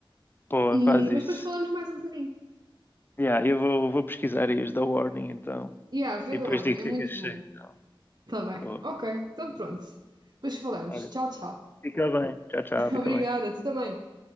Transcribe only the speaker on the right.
E...
Mas depois falamos mais um bocadinho.
Yeah, vê
The
Warning,
é
muito
bom.
Tá bem.
Ok, então pronto. Depois falamos.
Tchau, tchau.
<laughs> Obrigada,
tu também.